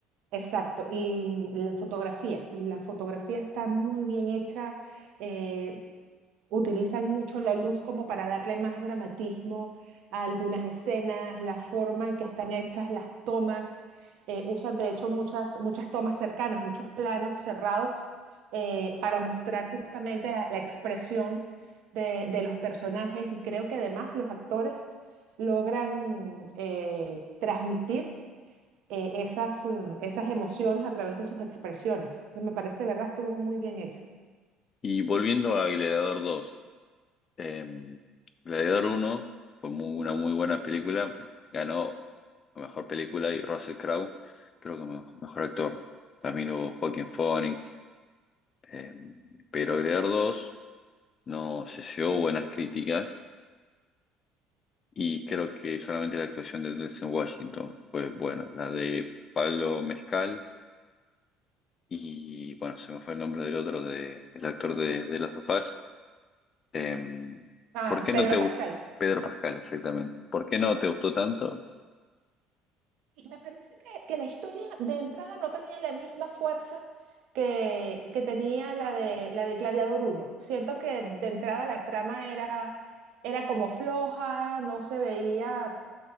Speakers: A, on the right; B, on the left.
A: Exacto, y mm, la fotografía, la fotografía está muy bien hecha, eh, utilizan mucho la luz como para darle más dramatismo a algunas escenas, la forma en que están hechas las tomas, eh, usan de hecho muchas, muchas tomas cercanas, muchos planos cerrados eh, para mostrar justamente la, la expresión de, de los personajes y creo que además los actores logran eh, transmitir eh, esas, mm, esas emociones a través de sus expresiones. Entonces me parece, ¿verdad? Estuvo muy bien hecha.
B: Y volviendo a Gladiador dos Eh, Gladiador 1 fue muy- una muy buena película. pues, Ganó la mejor película y Russell Crowe, creo que me- mejor actor. También hubo Joaquin Phoenix. eh, pero Gladiador dos no se llevó buenas críticas y creo que solamente la actuación de Denzel Washington fue buena. La de Pablo Mezcal y, bueno, se me fue el nombre del otro, de, el actor de, de Last of Us. Eh,
A: Ah,
B: ¿por qué
A: Pedro
B: no te gustó?
A: Pascal.
B: Pedro Pascal, exactamente. ¿Por qué no te gustó tanto?
A: Y me parece que, que la historia de entrada no tenía la misma fuerza que, que tenía la de, la de Gladiador uno Siento que de entrada la trama era, era como floja, no se veía